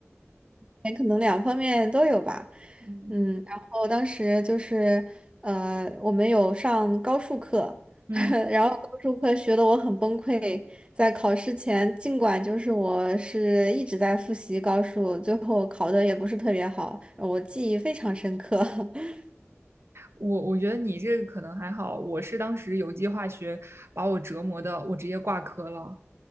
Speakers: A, on the right; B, on the right.
A: 哎，可能两方面都有吧。
B: <laughs> 嗯。
A: 嗯，然后当时就是，呃，我们有上高数课，
B: 嗯。
A: <laughs> 然后高数课学的我很崩溃，在考试前，尽管就是我是一直在复习高数，最后考的也不是特别好，我记忆非常深刻。<laughs>
B: 我我觉得你这个可能还好，我是当时有机化学把我折磨的，我直接挂科了。